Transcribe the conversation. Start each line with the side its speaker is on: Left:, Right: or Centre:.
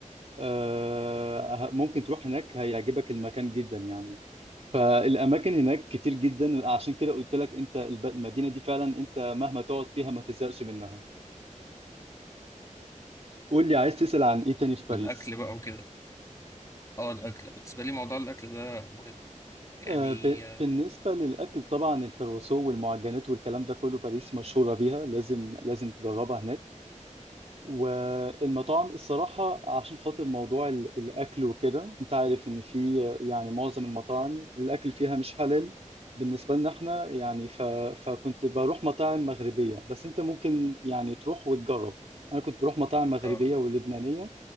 Right: آه، ه- ممكن تروح هناك هيعجبك المكان جدا يعني فالاماكن هناك كتير جدا عشان كده قلت لك انت الب- المدينة دي فعلا انت مهما تقعد فيها ما تزهقش منها قول لي عايز تسأل عن ايه تاني في باريس
Left: والأكل بقى وكده اه الأكل بالنسبة لي موضوع الأكل ده مهم يعني
Right: آه، ب-
Left: اه
Right: بالنسبة للأكل طبعا الكروسو والمعجنات والكلام ده كله باريس مشهورة بيها لازم لازم تجربها هناك والمطاعم الصراحة عشان خاطر موضوع ال- الأكل وكده أنت عارف إن في يعني معظم المطاعم الأكل فيها مش حلال بالنسبة لنا إحنا يعني ف... فكنت بروح مطاعم مغربية بس أنت ممكن يعني تروح وتجرب أنا كنت بروح مطاعم مغربية
Left: اه
Right: ولبنانية